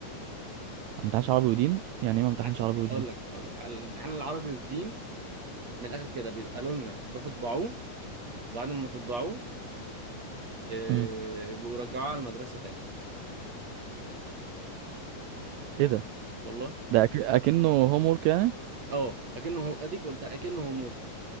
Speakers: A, on the right; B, on the right.
A: ما امتحنش عربي ودين يعني ايه ما امتحنش
B: ما عادش
A: عربي
B: أقول
A: ودين
B: لك أقول لك على الامتحان العربي والدين من الآخر كده بيبقى لنا روحوا اطبعوه وبعد ما تطبعوه آه،
A: امم
B: يبقوا رجعوه على المدرسة تاني
A: ايه ده
B: والله
A: ده أك... اكنه هوم ورك يعني
B: اه اكنه هو اديك قلتها اكنه هوم ورك